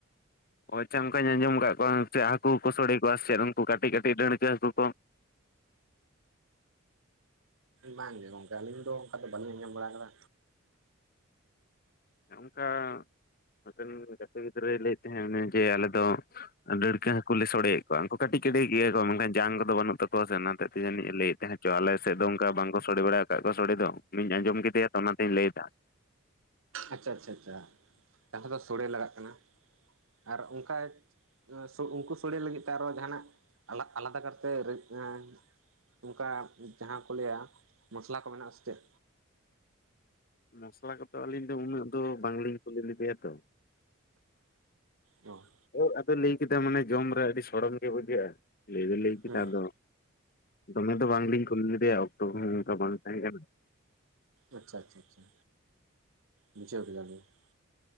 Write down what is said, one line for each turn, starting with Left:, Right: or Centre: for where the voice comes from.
Left: ᱦᱳᱭ ᱟᱪᱪᱷᱟ ᱚᱱᱠᱟ ᱟᱸᱡᱚᱢ ᱟᱠᱟᱜ ᱠᱚᱣᱟ ᱪᱮᱜ ᱦᱟᱹᱠᱩ ᱠᱚ ᱥᱳᱲᱮ ᱠᱚᱣᱟ ᱥᱮᱜ ᱩᱱᱠᱩ ᱠᱟᱹᱴᱤᱡ ᱠᱟᱹᱴᱤᱡ ᱰᱟᱹᱬᱠᱟᱹ ᱦᱟᱹᱠᱩ ᱠᱚ?
Right: ᱵᱟᱝ ᱜᱮ ᱜᱚᱝᱠᱮ᱾ ᱟᱹᱞᱤᱧ ᱫᱚ ᱚᱱᱠᱟ ᱫᱚ ᱵᱟᱹᱞᱤᱧ ᱟᱸᱡᱚᱢ ᱵᱟᱲᱟ ᱟᱠᱟᱫᱟ᱾
Left: ᱚᱱᱠᱟ ᱟᱵᱮᱱ ᱜᱟᱛᱮ ᱜᱤᱫᱽᱨᱟᱹᱭ ᱞᱟᱹᱭᱮᱫ ᱛᱟᱦᱮᱸ ᱡᱮ ᱟᱞᱮ ᱫᱚ ᱰᱟᱹᱲᱠᱟᱹ ᱦᱟᱹᱠᱩ ᱞᱮ ᱥᱚᱲᱮ ᱮᱜ ᱠᱚᱣᱟ᱾ ᱩᱱᱠᱩ ᱠᱟᱹᱴᱤᱡ ᱠᱟᱹᱴᱤᱡ ᱜᱮᱭᱟ ᱠᱚ ᱢᱮᱱᱠᱷᱟᱱ ᱡᱟᱝ ᱠᱚᱫᱚ ᱵᱟᱹᱱᱩᱜ ᱛᱟᱠᱚᱣᱟ ᱥᱮ ᱚᱱᱟ ᱛᱮᱡ ᱛᱮ ᱡᱟᱹᱱᱤᱡ ᱞᱟᱹᱭᱮᱫ ᱛᱟᱦᱮᱸ ᱪᱚ ᱟᱞᱮ ᱥᱮᱫ ᱫᱚ ᱚᱱᱠᱟ ᱵᱟᱝᱠᱚ ᱥᱚᱲᱮ ᱵᱟᱲᱟ ᱠᱟᱜ ᱠᱚᱣᱟ ᱥᱳᱲᱮ ᱫᱚ ᱤᱧ ᱟᱸᱡᱚᱢ ᱠᱮᱫᱮᱭᱟ ᱛᱚ ᱚᱱᱟᱛᱤᱧ ᱞᱟᱹᱭ ᱮᱫᱟ᱾
Right: ᱟᱪᱪᱷᱟ ᱟᱪᱪᱷᱟ᱾ ᱛᱟᱦᱚᱞᱮ ᱥᱳᱲᱮ ᱞᱟᱜᱟᱜ ᱠᱟᱱᱟ᱾ ᱟᱨ ᱚᱱᱠᱟ ᱟ ᱥᱩ ᱩᱱᱠᱩ ᱥᱳᱲᱮ ᱞᱟᱹᱜᱤᱫ ᱛᱮ ᱟᱨᱚ ᱡᱟᱦᱟᱱᱟᱜ ᱟᱞᱟ ᱟᱞᱟᱫᱟ ᱠᱟᱨᱛᱮ ᱮᱸ ᱚᱱᱠᱟ ᱡᱟᱦᱟᱸ ᱠᱚ ᱞᱟᱹᱭᱟ ᱢᱚᱥᱞᱟ ᱠᱚ ᱢᱮᱱᱟᱜᱼᱟ ᱥᱮ ᱪᱮᱫ?
Left: ᱢᱚᱥᱞᱟ ᱠᱚᱫᱚ ᱟᱹᱞᱤᱧ ᱫᱚ ᱩᱱᱟᱹᱜ ᱫᱚ ᱵᱟᱝᱞᱤᱧ ᱠᱩᱞᱤ ᱞᱮᱫᱮᱭᱟ ᱛᱚ᱾
Right: ᱚ
Left: ᱳ ᱟᱫᱚᱭ ᱞᱟᱹᱭ ᱠᱮᱫᱟ ᱢᱟᱱᱮ ᱡᱚᱢ ᱨᱮ ᱟᱹᱰᱤ ᱥᱚᱲᱚᱢ ᱜᱮ ᱵᱩᱡᱷᱟᱹᱜᱼᱟ ᱞᱟᱹᱭ ᱫᱚᱭ ᱞᱟᱹᱭ ᱠᱮᱫᱟ
Right: ᱦᱩᱸ
Left: ᱟᱫᱚ ᱫᱚᱢᱮ ᱫᱚ ᱵᱟᱝᱞᱤᱧ ᱠᱩᱞ ᱞᱮᱫᱮᱭᱟ ᱚᱠᱛᱚ ᱦᱚᱸ ᱚᱱᱠᱟ ᱵᱟᱝ ᱛᱟᱦᱮᱸ ᱠᱟᱱᱟ ᱾
Right: ᱟᱪᱪᱷᱟ ᱟᱪᱪᱷᱟ ᱟᱪᱪᱷᱟ ᱵᱩᱡᱷᱟᱹᱣ ᱠᱮᱫᱟ ᱞᱤᱧ ᱾